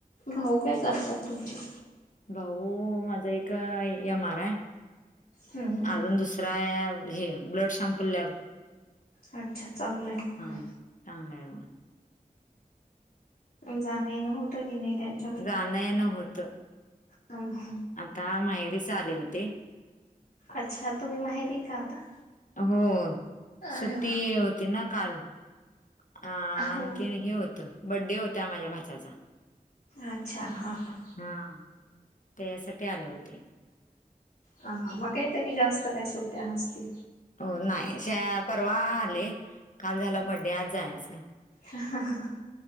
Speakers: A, on the left; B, on the left.
A: भाऊ काय करतात तुमचे?
B: भाऊ माझा एक एम आर आहे
A: हम्म हम्म
B: अजून दुसरा एक हे ब्लड सॅम्पल लॅब
A: अच्छा चांगलं आहे मग
B: हा
A: काय
B: चांगला आहे मग
A: जाण येणे होत की नाही त्याचं
B: जाण येणं होत
A: हा
B: आता माहेरीच आले होते.
A: अच्छा तुम्ही माहेरी का आता?
B: हो सुट्टी
A: अरे
B: होती ना काल अं आणखी
A: हो
B: हे होतं बड्डे होता माझ्या भाच्याचा.
A: अच्छा हां हां
B: हा त्यासाठी आले होते.
A: अ हा मग काही तरी जास्त काय सुट्ट्या नसतील.
B: हो नाही श परवा आले काल झाला बड्डे आज जायचं.
A: हं हं